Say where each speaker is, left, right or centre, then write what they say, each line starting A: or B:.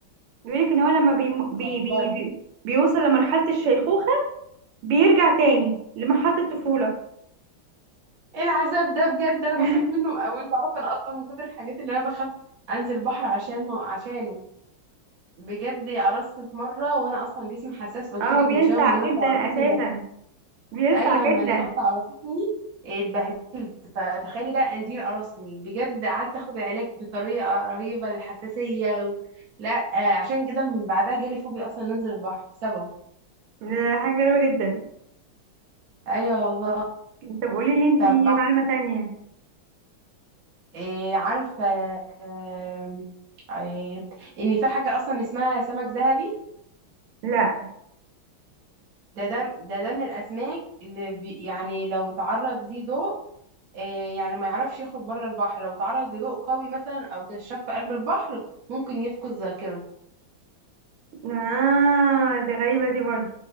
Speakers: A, on the right; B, on the right.
A: بيقولك ان هو لما بي بي
B: كده
A: بي بي بيوصل لمرحلة الشيخوخة بيرجع تاني لمرحلة الطفولة
B: ايه العذاب ده بجد انا بخاف
A: <laughs>
B: منه قوي تعرف انا اصلا من كتر الحاجات اللي انا بخاف انزل البحر عشان ما عشانه بجد قرصت في مره وانا اصلا جسمي حساس قلت
A: اه
B: لك
A: بيلسع
B: من شويه اما النحله
A: جدا
B: قرصتني
A: اساسا
B: ده
A: بيلسع
B: ايوه اما
A: جدا
B: النحله قرصتني اتبهدلت فتخيلي بقى قنديل قرصني بجد قعدت اخد علاج بطريقه رهيبه للحساسيه و... لا آه، عشان كده من بعدها جالي فوبيا اصلا انزل البحر بسببه
A: ده حاجة غريبة جدا
B: ايوه والله
A: طب قولي لي انتي
B: طب
A: معلومة تانية
B: إيه عارفة آم، إيه إن في حاجة أصلا اسمها سمك ذهبي
A: لا
B: ده ده ده ده من الأسماك اللي بي يعني لو تعرض ليه ضوء إيه يعني ما يعرفش يخرج بره البحر لو تعرض لضوء قوي مثلا أو كشاف في قلب البحر ممكن يفقد ذاكرته
A: اه دي غريبة دي برضه